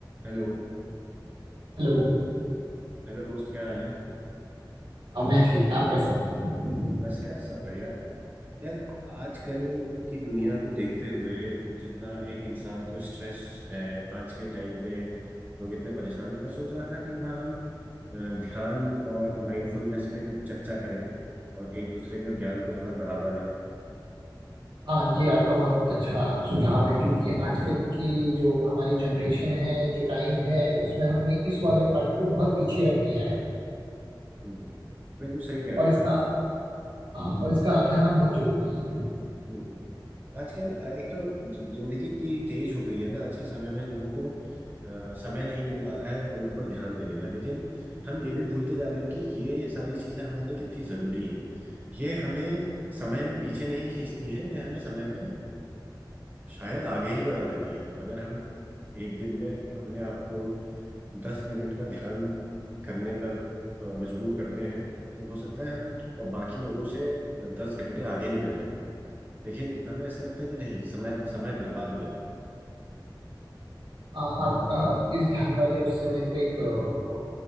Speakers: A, on the right (about 20°); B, on the right (about 80°).
A: Hello
B: Hello
A: Hello दोस्त क्या हाल है
B: हाँ मैं ठीक आप कैसे हैं
A: बस यार सब बढ़िया यार आजकल की दुनिया को देखते हुए जितना एक इंसान को स्ट्रेस है आज के टाइम पे लोग इतने परेशान हैं मैं सोच रहा था कि ना हम अ, ध्यान और माइंडफुलनेस पे कुछ चर्चा करें और एक दूसरे के ज्ञान को थोड़ा बढ़ावा दें
B: हाँ ये आपका बहुत अच्छा सुझाव है क्योंकि आजकल की जो हमारी जनरेशन है जो टाइम है उसमें हमने इस वाले पार्ट को बहुत पीछे रख दिया है
A: हम्म बिल्कुल सही कह रहे
B: और इसका
A: हैं आप।
B: हाँ, और इसका आगे आना बहुत जरूरी है
A: हम्म। हम्म। आज क्या एक तो ज- जिंदगी इतनी तेज हो गई है ना आज के समय में लोगों को अ, समय नहीं मिल पा रहा है अपने ऊपर ध्यान देने का लेकिन हम ये भी भूलते जा रहे हैं कि ये सारी चीजें हमारे लिए कितनी जरूरी हैं ये हमें समय में पीछे नहीं खींचती हैं ये हमें समय में शायद आगे ही बढ़ा देती हैं अगर हम एक दिन में अपने आप को दस मिनट का ध्यान करने पर अ, मजबूर करते हैं तो हो सकता है हम बाकी लोगों से दस घंटे आगे निकल जाए लेकिन हमें ऐसा लगता है कि नहीं समय समय बर्बाद हो जाएगा
B: हाँ आपका इस ध्यान वाले उस समय पे एक अ,